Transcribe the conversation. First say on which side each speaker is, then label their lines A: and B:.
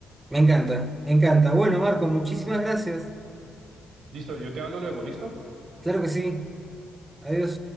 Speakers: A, on the right (about 15°); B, on the right (about 75°).
A: Me encanta, me encanta. Bueno, Marco, muchísimas gracias.
B: Listo, yo te hablo luego, ¿listo?
A: Claro que sí. Adiós.